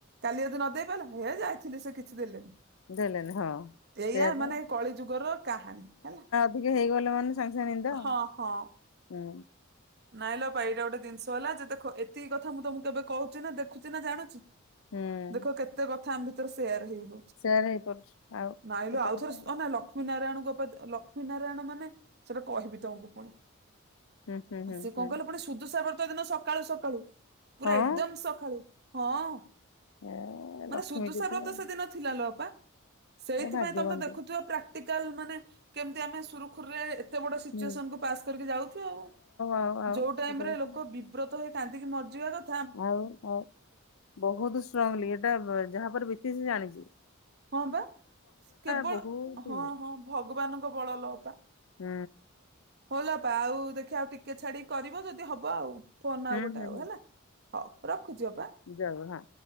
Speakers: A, on the right (about 50°); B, on the left (about 75°).
A: କାଲି ଅଦି ନଦେଇ ପାଇଲ ହେ ଯାଇଥିଲି ସେ କିଛି ଦେଲେନି।
B: ଦେଲେନି ହଁ।
A: ଏଇଆ
B: ସେଇଆ ତ
A: ମାନେ କଳିଯୁଗର କାହାଣୀ, ହେଲା?
B: ଠିକେ ହେଇଗଲେ ମାନେ ସାଙ୍ଗେ ସାଙ୍ଗେ ନିଦ ଆଉ।
A: ହଁ ହଁ।
B: ହୁଁ
A: ନାଇଁ ଲୋ ଅପା ଏଇଟା ଗୋଟେ ଦିନିଷ ହେଲା ଯେ ଦେଖ ଏତିକି କଥା ମୁଁ ତମୁକୁ ଏବେ କହୁଚି ନା ଦେଖୁଚି ନା ଜାଣୁଚି?
B: ହୁଁ
A: ଦେଖ କେତେ କଥା ଆମ ଭିତରେ ସେୟାର ହେଇବ।
B: ସେୟାର ହେଇପାରୁଛି ଆଉ
A: ନାଇଁ
B: ସତ
A: ଲୋ ଆଉ
B: କଥା
A: ଥରେ ସ୍ ଅନା ଲକ୍ଷ୍ମୀ ନାରାୟଣଙ୍କ ପ୍ରତ୍ ଲକ୍ଷ୍ମୀ ନାରାୟଣ ମାନେ ସେଟା କହିବି ତମକୁ ପୁଣି
B: ହୁଁ ହୁଁ ହୁଁ
A: ସେ କଁ
B: ହୁଁ
A: କହିଲ ପୁଣି ସୁ ଶୁଦୁସା ବ୍ରତ ଦିନ ସକାଳୁ ସକାଳୁ ପୁରା
B: ହଁ
A: ଏକଦମ ସଖାଳୁ ହଁ।
B: ଏ
A: ମାନେ
B: ଲକ୍ଷ୍ମୀଟି
A: ଶୁଦୁସା
B: ତ
A: ବ୍ରତ
B: ଆଉ
A: ସେଦିନ ଥିଲା ଲୋ ଅପା ସେଇଥିପାଇଁ
B: ଏ ଭାଗ୍ୟବାନଟି।
A: ତମେ ତ ଦେଖୁଥୁବ ପ୍ରା ଟିକାଲ୍ ମାନେ କେମତି ଆମେ ସୁରୁଖୁରୁରେ ତେ ବଡ଼ ସିଚୁଏସନ୍
B: ହୁଁ
A: କୁ ପାସ୍ କରିକି ଯାଉଚୁ ଆଉ
B: ଆଉ ଆଉ
A: ଯୋଉ ଟାଇମ୍
B: ସତ
A: ରେ
B: କଥା
A: ଲୋକ ବି ବ୍ରତ ହେଇ କାନ୍ଦିକି ମରଯିବା କ
B: ଆଉ ଆଉ ବହୁତ ଷ୍ଟ୍ରଙ୍ଗଲି ଏଟା ଯାହା ପରେ ବିତିଚି ଜାଣିଚି।
A: ହଁ ପା କେବଳ
B: ବହୁତ
A: ହଁ
B: ଇଏ।
A: ହଁ ଭଗବାନଙ୍କ ବଳ ଲୋ ଅପା।
B: ହୁଁ।
A: ହଁ ଲୋ ଅପା ଆଉ ଦେଖିଆ ଆଉ ଟିକେ ଛାଡ଼ି କରିବ ଯଦି ହବ ଆଉ। ଫୋନ
B: ହୁଁ
A: ଆଉ ଗୋଟେ
B: ହୁଁ
A: ଆଉ ହେଲା ହଉ ରଖୁଚି ଅପା।
B: ଯାଅ ହଁ।